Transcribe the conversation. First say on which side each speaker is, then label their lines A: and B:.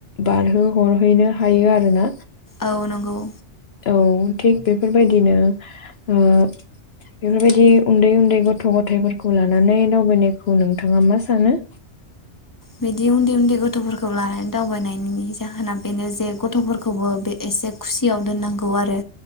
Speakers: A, on the left; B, on the left.
A: बारहो हरहैनो हायो आरोना
B: औ नंगौ
A: औ थिग बेफोरबायदिनो ओ बेफोरबायदि उन्दै उन्दै गथ गथायाइफोरखौ लानानै दावबायनायखौ नोंथाङा मा सानो
B: बिदि उन्दै उन्दै गथफोरखौ लानानै दावबायनायनि जाहोना बेनो जे गथफोरखौबो बे एसे खुसियाव दोननांगौ आरो